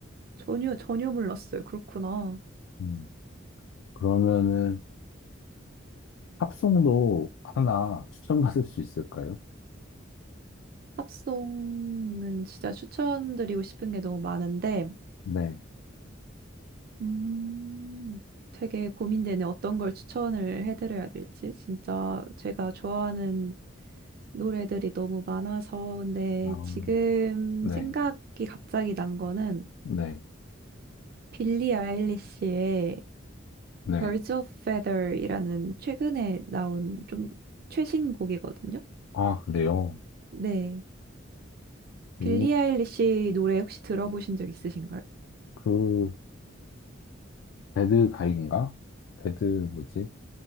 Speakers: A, on the right (about 50°); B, on the left (about 75°).
A: 전혀 전혀 몰랐어요. 그렇구나.
B: 음, 그러면은 팝송도 하나 추천받을 수 있을까요?
A: 팝송은 진짜 추천드리고 싶은 게 너무 많은데,
B: 네.
A: 음, 되게 고민되네. 어떤 걸 추천을 해드려야 될지. 진짜 제가 좋아하는 노래들이 너무 많아서. 근데
B: 아,
A: 지금
B: 네.
A: 생각이 갑자기 난 거는
B: 네.
A: 빌리 아일리시의
B: 네.
A: Birds of Feather이라는 최근에 나온 좀 최신 곡이거든요.
B: 아, 그래요?
A: 네.
B: 어,
A: 빌리 아일리시 노래 혹시 들어보신 적 있으신가요?
B: 그 배드 가인가? 배드 뭐지?